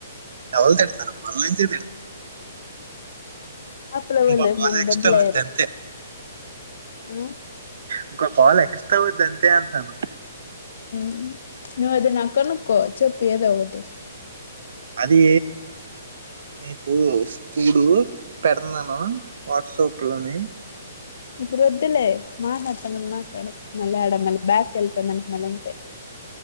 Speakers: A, on the right (about 65°); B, on the left (about 65°).
A: ఎవలు తిడతారమ్మ మంజి
B: అప్పుల వాళ్ళు
A: ఇంకో కాల్
B: మన
A: ఎక్ట్రా
B: డబ్బులయ్యారు
A: అవుద్ది అంతె
B: ఆ
A: ఇంకో కాల్ ఎక్ట్రా అవుద్ధి అంతే అంటనను
B: ఉమ్ నువ్వు అది నా కనుకో చెప్పు ఏదో ఒకటి
A: అదీ నీకు చడు పెడుతున్నాను వాట్సాప్ లోని
B: ఇప్పుడు వద్దులే మాట్లాడుతునం మాట్లాడు మళ్ళీ ఆడ మళ్ళీ బ్యాక్ వెళ్పోందనుకో మళ్ళ అంతే